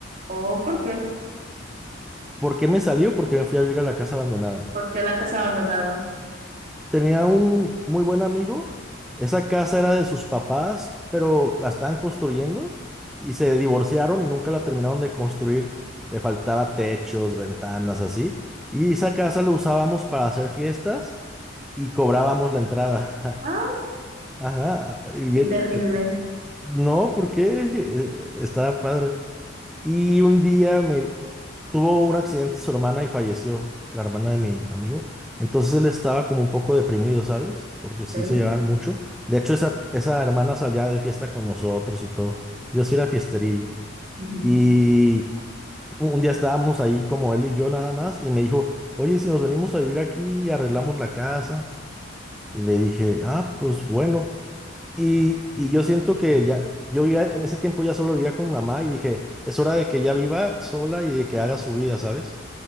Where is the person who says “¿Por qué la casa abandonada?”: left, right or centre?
Right